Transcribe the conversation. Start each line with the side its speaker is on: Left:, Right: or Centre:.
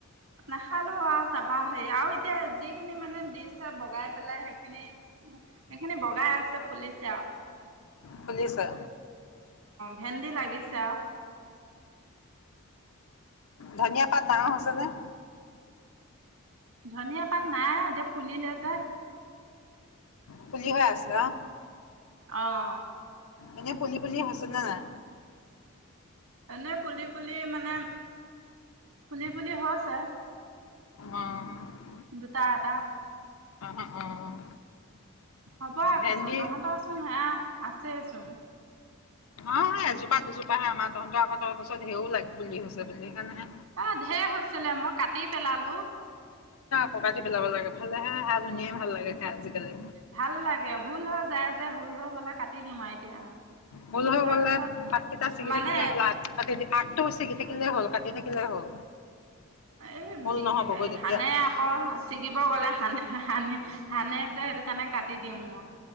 Right: নাখালো আউ, তাপা হেয়ি আউ এতিয়া যি সেইখিনি মানে দিছে, বগাই পেলাই সেইখিনি। এইখিনি বগাই আছে ফুলিছে অআ
Left: ফুলিছে
Right: ভেন্দি লাগিছে পুলিছে। অ
Left: ধনিয়া পাত ডাঙৰ হৈছে নে
Right: ধনিয়া পাত নাই এতিয়া ফুলিলে যে
Left: ফুলি হৈ আছে। অহ
Right: আহ
Left: এনেই ফুলি ফুলি হৈছে নৈ নাই
Right: এনেই ফুলি ফুলি মানে ফুলি ফুলি হৈছে
Left: অ',
Right: দুটা এটা
Left: অ', অ',
Right: হ'ব
Left: ভেন্দি
Right: পিছত তহঁতচোন হয়া আছেচোন
Left: অ এ এজোপা দুজোপা হে আমাৰ তহঁতৰ আকৌ তই গছত ধেও লাগ পুলি হৈছে বুলি সেইকাৰণেহে
Right: আহ ঢেৰ হৈছিলে মই কাটি পেলালো
Left: কিয়কাটি পেলাব লাগে ভালেহে সেয়া ধুনিয়া ভাল লাগে খাই আজিকালি
Right: ভাল লাগে হুল হৈ যায় যে হুল হৈ গ'লে কাটি দিম আৰু এতিয়া
Left: হল হৈ
Right: তাৰপিছত
Left: গ'লে পাতকেইটা ছিগি
Right: মানে
Left: থাকিলে হ'ল, আগ আগটো ছিগি থাকিলে হ'ল। দি থাকিলে হল।
Right: এই
Left: ভুল
Right: বি
Left: নহ'বগৈ তেতিয়া
Right: হানে আকৌ ছিকিব গ'লে হানে। হানে হানে যে সেইটো কাৰণে কাটি দিওঁ মই।